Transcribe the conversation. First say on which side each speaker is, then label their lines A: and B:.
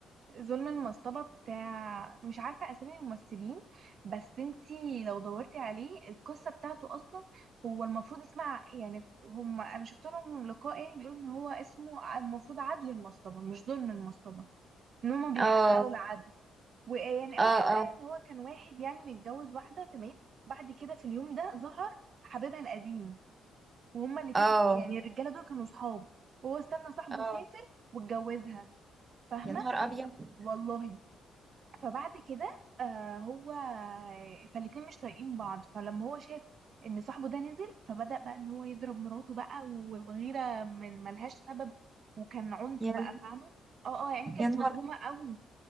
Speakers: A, on the right; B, on the right.
A: ظلم المصطبة بتاع مش عارفة اسامي الممثلين بس انتي لو دورتي عليه القصة بتاعته اصلا هو المفروض اسمها يعني هم انا شفت لهم لقاء يعني بيقولوا ان هو اسمه المفروض عدل المصطبة مش ظلم المصطبة ان هم بيحققوا
B: اه
A: العدل ويعني
B: اه
A: اول حلقه
B: اه
A: ان هو كان واحد يعني متجوز واحده تمام بعد كده في اليوم ده ظهر حبيبها القديم وهما الاتنين
B: اه
A: يعني الرجاله دول كانوا صحاب وهو استنى صاحبه
B: اه
A: سافر واتجوزها فاهمه
B: يا نهار ابيض
A: والله فبعد كده آه هو فالاتنين مش طايقين بعض فلما هو شاف ان صاحبه ده نزل فبدأ بقى ان هو يضرب مراته بقى وغيره من ملهاش سبب وكان عنف
B: يا
A: بقى فاهمه اه اه يعني كانت
B: يا نهار
A: مظلومه قوي